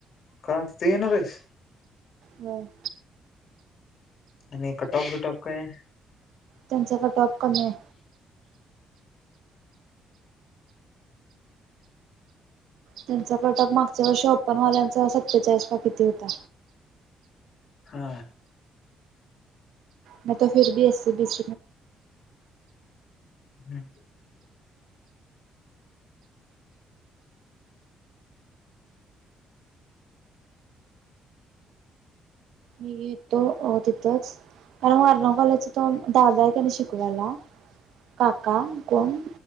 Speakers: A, on the left; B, on the right.
A: का तिथे येणार आहेस
B: होम
A: आणि कटॉप दटॉप काय
B: त्यांचा काा टॉप कमी आहे त्यांचा कटक मागच्या वर्ष प्पन वाल्यांचा सततेचा इसपा किती होता
A: हा
B: म त फरी एस सी बीस
A: हम्म
B: म घेतो तिथंच कारण वर्ण कॉलेचा तो दादा आहे त्याने शिकवायला काका कोण